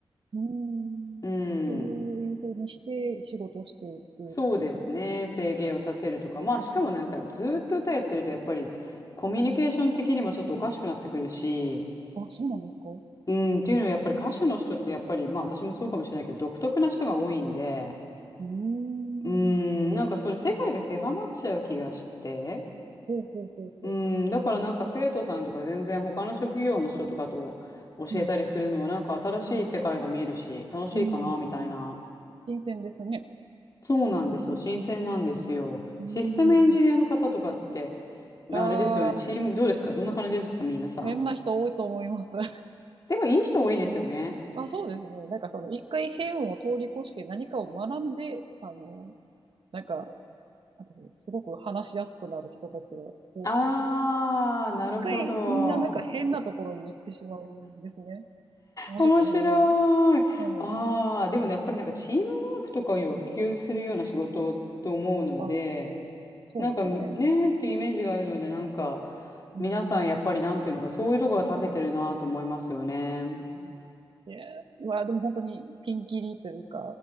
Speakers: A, on the right; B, on the left.
A: うんそういうふうにして仕事をしていく。
B: うん。そうですね。生計を立てるとか、まあ、しかもなんかずーっと歌やってるとやっぱりコミュニケーション的にもちょっとおかしくなってくるし、
A: あ、そうなんですかう
B: うん、っていうのはやっぱり歌手の人ってやっぱりまあ私もそうかもしれないけど独特な人が多いんで
A: ーん。
B: うーん、なんかそれ世界が狭まっちゃう気がして。
A: ほうほうほうほう。
B: うーん、だからなんか生徒さんとか全然他の職業の人とかと教えたりするのはなんか新しい世界が見えるし楽しいかなみたいな。
A: うん、うん、うん。新鮮ですね。
B: そうなんですよ。
A: うーん。
B: 新鮮なんですよ。
A: う
B: システムエンジニアの方とかって
A: ん。ああ、
B: あれですよね。チームどうですかどんな感じですか皆さん。
A: 変な人多いと思います。<laughs>
B: でもいい人多いですよね。
A: あ、そうですね。なんかその、一回変を通り越して何かを学んで、あの、なんか、なんていうんですかすごく話しやすくなる人たちが多くて。
B: あー、なるほど。
A: で一回みんななんか変なところに行ってしまうんですね。面白いですよね。
B: 面白い。
A: うん。
B: ああ、でもね、やっぱりなんかチームワークとかを要求するような仕事と思うので、
A: ああ、そうですね。
B: なんかねーっていうイメージがあるので、なんか
A: うーん。
B: 皆さんやっぱりなんていうのか、そういうとこが長けてるなと思いますよね。
A: うんいや、まあでも本当にピンキリというか、